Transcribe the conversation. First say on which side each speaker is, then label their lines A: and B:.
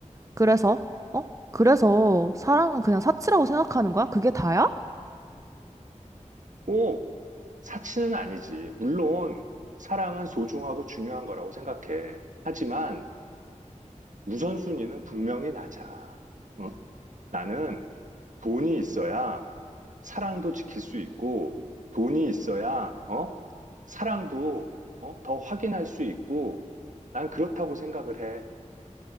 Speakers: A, on the right; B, on the right.
A: 그래서, 어? 그래서 사랑은 그냥 사치라고 생각하는 거야? 그게 다야?
B: 꼭 사치는 아니지. 물론 사랑은 소중하고 중요한 거라고 생각해. 하지만 우선순위는 분명히 낮아. 어? 나는 돈이 있어야 사랑도 지킬 수 있고 돈이 있어야 어? 사랑도 어? 더 확인할 수 있고 난 그렇다고 생각을 해.